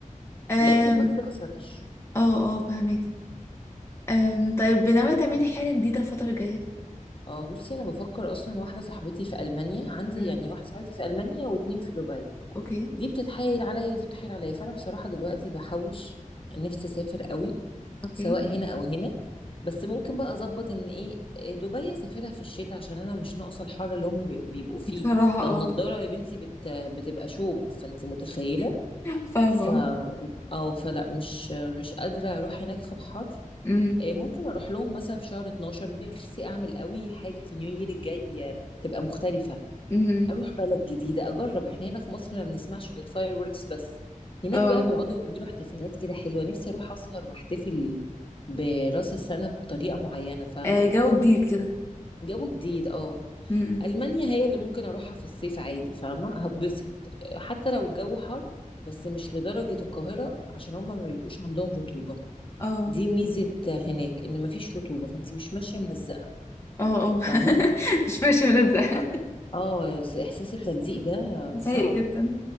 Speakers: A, on the left; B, on the left.
A: أم...
B: لكن ما بتخسريش
A: اه اه فهماكي أم... طيب ناوية تعملي حاجة جديدة الفترة الجاية
B: اه بصي انا بفكر اصلا واحده صاحبتي في المانيا عندي
A: امم
B: يعني واحده صاحبتي في المانيا واتنين في دبي
A: اوكي
B: دي بتتحايل عليا ودي بتتحايل عليا فانا بصراحه دلوقتي بحوش نفسي اسافر قوي
A: اوكي
B: سواء هنا او هنا بس ممكن بقى اظبط ان ايه إيه، دبي اسافرها في الشتاء عشان انا مش ناقصه الحر اللي هم بي- بيبقوا فيه
A: بصراحة
B: ده
A: اه
B: النضاره يا بنتي بت بتبقى شوب فانت متخيله
A: فاهمة
B: ف
A: اه
B: او فلا مش مش قادره اروح هناك في الحر
A: أمم،
B: آه، ممكن اروح لهم مثلا في شهر 12 نفسي اعمل قوي حاجه في نيو يير الجاي آه، تبقى مختلفه
A: أمم،
B: اروح بلد جديده اجرب احنا هنا في مصر ما بنسمعش غير فاير وركس بس هناك
A: اه
B: بقى بيقعدوا يعملوا احتفالات كده حلوه نفسي اروح اسهر واحتفل براس السنه بطريقه معينه فاهمه
A: آه، جو جديد كده
B: جو جديد اه
A: أمم، امم،
B: المانيا هي اللي ممكن اروحها في الصيف عادي فاهمه هبسط آه، حتى لو الجو حر بس مش لدرجه القاهره عشان هما ما بيبقوش عندهم رطوبه
A: اه
B: دي ميزة هناك ان مفيش رطوبة فانت مش ماشية ملزقة
A: اه اه <laughs>
B: فاهمة
A: مش ماشي ملزق
B: ف- اه س- احساس التلزيق ده
A: سيء
B: صعب
A: جدا